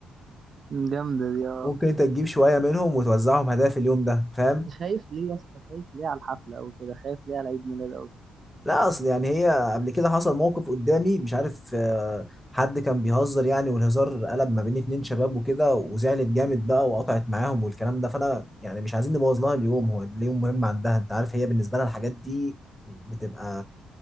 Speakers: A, on the right; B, in the centre.
A: جامده دي اه
B: ممكن انت تجيب شويه منهم وتوزعهم هدايا في اليوم ده فاهم
A: انت خايف ليه يا اسطى خايف ليه على الحفله او كده خايف ليه على عيد ميلاد او كده
B: لا اصل يعني هي قبل كده حصل موقف قدامي مش عارف آه، حد كان بيهزر يعني والهزار قلب ما بين اتنين شباب وكده وزعلت جامد بقى وقطعت معاهم والكلام ده فانا يعني مش عايزين نبوظ لها اليوم هو اليوم مهم عندها انت عارف هي بالنسبه لها الحاجات دي بتبقى